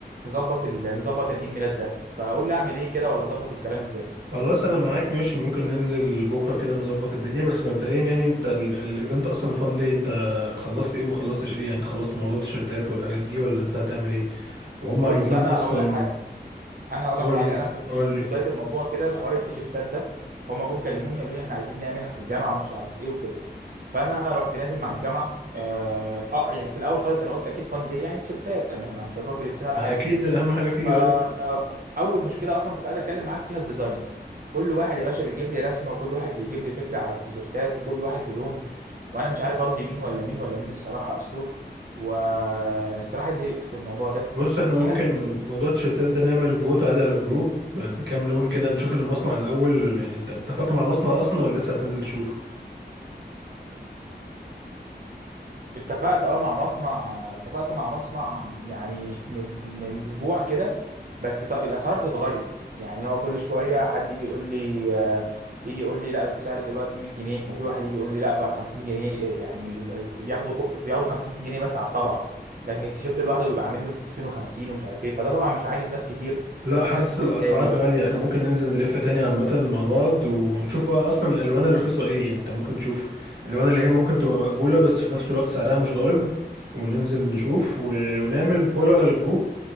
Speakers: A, on the right; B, on the right.
A: نظبط ال... نظبط العيد ميلاد ده فقول لي أعمل إيه كده ولا أظبط الكلام إزاي
B: خلاص انا معاك ماشي ممكن ننزل بكرة كده نظبط الدنيا بس مبدئيا يعني انت ال- الايفنت اصلا الفان دي انت خلصت ايه وما خلصتش ايه يعني انت خلصت موضوع التيشيرتات والحاجات دي ولا انت هتعمل ايه وهم
A: بص
B: عايزين
A: أنا
B: اصلا
A: أقول لك حاجة انا هقول
B: قول
A: لك حاجه
B: لي
A: انا في بدايه
B: قول لي
A: في بدايه الموضوع كده الحوار التيشيرتات ده هما جم كلموني قالوا لي احنا عايزين نعملها في الجامعه ومش عارف ايه وكده فانا رحت نازل مع الجامعه اه آه، يعني في الاول خالص انا قلت اكيد فان دي يعني تيشيرتات انا مش هنروح بلبسنا العادي
B: ما اكيد اهم حاجة فيه
A: فاول
B: اه
A: مشكله اصلا كنت عايز اتكلم معاك فيها الديزاين كل واحد يا باشا بيجيب لي رسمه وكل واحد بيجيب لي فكره على التيشيرتات وكل واحد بلون وانا مش عارف ارضي مين ولا مين ولا مين الصراحه على السور والصراحه زهقت في الموضوع ده
B: بص احنا
A: في
B: ممكن
A: ناس
B: موضوع التيشيرتات ده نعمل فوت عادي على الجروب ب- بكام لون كده نشوف المصنع الاول يعني انت اتفقت مع مصنع اصلا ولا لسه هتنزل تشوف
A: اتفقت اه مع مصنع اتفقت مع مصنع يعني من من اسبوع كده بس ط- الاسعار بتتغير يعني هو كل شويه حد يجي يقول لي آه، يجي يقول لي لا السعر دلوقتي 100 جنيه وفي واحد يجي يقول لي لا بقى 50 جنيه إيه يعني ال- ال- بياخدوا فوق بياخدوا 50 جنيه بس على الطبعه لكن التيشيرت لوحده بيبقى عامل له 250 ومش عارف ايه فده طبعا مش عاجب ناس كتير
B: لا حاسس
A: وفي ناس بتقول
B: الاسعار
A: غالي
B: غاليه احنا ممكن ننزل نلف تاني عامه مع بعض ونشوف بقى اصلا الالوان الرخيصه ايه يعني انت ممكن تشوف الالوان اللي هي ممكن تبقى مقبوله بس في نفس الوقت سعرها مش ضارب وننزل نشوف و... ونعمل بول على الجروب